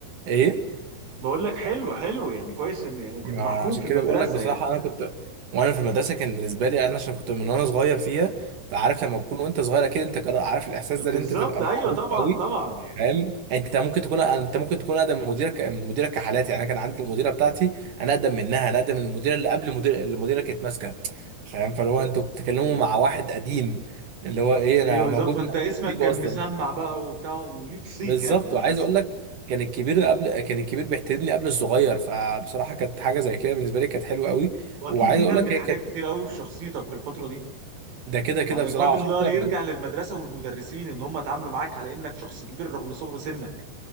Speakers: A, on the right (about 55°); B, on the right (about 80°).
A: ايه
B: بقول لك حلو حلو يعني كويس ان يعني كنت
A: ما
B: محبوب
A: عشان
B: في المدرسه
A: كده بقول لك بصراحه
B: يعني
A: انا كنت وانا في المدرسه كان بالنسبه لي انا عشان كنت من وانا صغير فيها فعارف لما تكون وانت صغير اكيد انت كرا- عارف الاحساس
B: بالظبط
A: ده ان انت تبقى
B: ايوه
A: معروف
B: طبعا
A: قوي
B: طبعا يعني
A: فاهم يعني انت ممكن تكون انت ممكن تكون اقدم من مديرك من مديرك كحالات يعني انا كان عندي المديره بتاعتي انا اقدم منها انا اقدم من المديره اللي قبل المدير اللي مديرك كانت ماسكه فاهم فاللي هو انتوا بتتكلموا
B: ايوه
A: مع واحد قديم اللي هو ايه
B: ايوه
A: انا
B: بالظبط
A: موجود
B: فانت
A: من قبل
B: اسمك
A: ما انتوا تيجوا
B: كان
A: اصلا
B: مسمع بقى وبتاع وليك صيت
A: بالظبط
B: يعني في المدرسه
A: وعايز اقول لك كان الكبير قبل كان الكبير بيحترمني قبل الصغير فبصراحه كانت حاجه زي كده بالنسبه لي كانت حلوه قوي
B: واكيد
A: وعايز
B: دي
A: اقول
B: نمت
A: لك هي
B: حاجات
A: كانت
B: كتير قوي في شخصيتك في الفتره دي
A: ده كده كده
B: يعني
A: بصراحه
B: الفضل
A: وحتى
B: الله
A: لما
B: يرجع للمدرسه والمدرسين ان هم اتعاملوا معاك على انك شخص كبير رغم صغر سنك